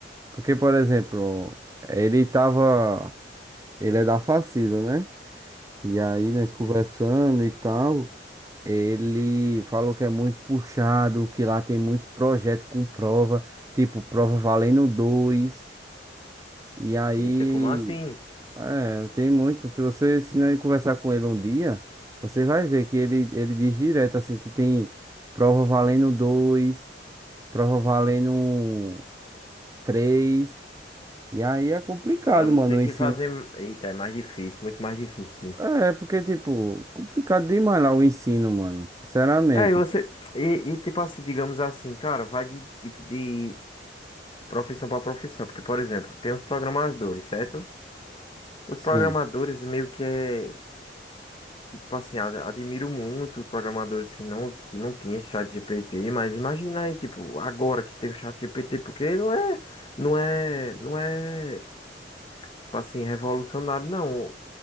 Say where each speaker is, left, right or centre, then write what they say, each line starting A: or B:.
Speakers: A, on the right (about 20°); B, on the left (about 30°).
A: porque, por exemplo, ele tava, ele é da Facisa, né? E aí nós conversando
B: Sim.
A: e tal, ele falou que é muito puxado, que lá tem muito projeto com prova, tipo prova valendo dois. E aí,
B: Eita, como assim?
A: é, tem muito. Se você se não conversar com ele um dia, você vai ver que ele, ele diz direto assim que tem prova valendo dois, prova valendo três. E aí é complicado,
B: Aí você
A: mano,
B: tem
A: o
B: que
A: ensino.
B: fazer. Eita, é mais difícil, muito mais difícil, sim.
A: É, porque, tipo, complicado demais lá o ensino, mano. Sinceramente.
B: É, e você. E, e tipo assim, digamos assim, cara, vai de, de, de profissão para profissão. Porque, por exemplo, tem os programadores, certo? Os
A: Sim.
B: programadores meio que é. que, tipo assim, a- admiro muito os programadores que não, que não tinham esse chat GPT, mas imagina aí, tipo, agora que tem o chat GPT, porque não é, não é, não é, tipo assim, revolucionário, não.